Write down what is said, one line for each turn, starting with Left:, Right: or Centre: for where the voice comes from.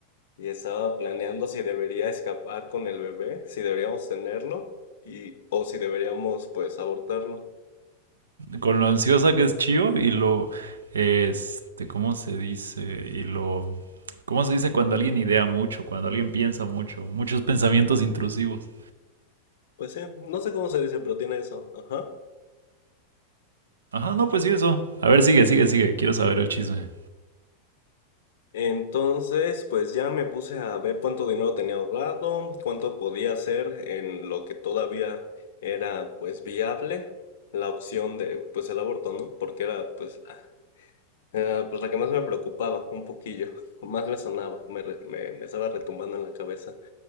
Left: y estaba planeando si debería escapar con el bebé, si deberíamos tenerlo y o si deberíamos pues abortarlo.
Right: Con lo ansiosa que es Chio y lo, este, ¿cómo se dice? Y lo, ¿cómo se dice cuando alguien idea mucho, cuando alguien piensa mucho, muchos pensamientos intrusivos?
Left: Pues sí, no sé cómo se dice, pero tiene eso. Ajá.
Right: Ajá, no, pues sí, eso. A ver, sigue, sigue, sigue. Quiero saber el chisme.
Left: Entonces, pues ya me puse a ver cuánto dinero tenía ahorrado, cuánto podía hacer en lo que todavía era pues viable la opción de pues el aborto, ¿no? Porque era pues la, eh, pues la que más me preocupaba un poquillo, <laughs> más me sonaba, me, re- me, me estaba retumbando en la cabeza.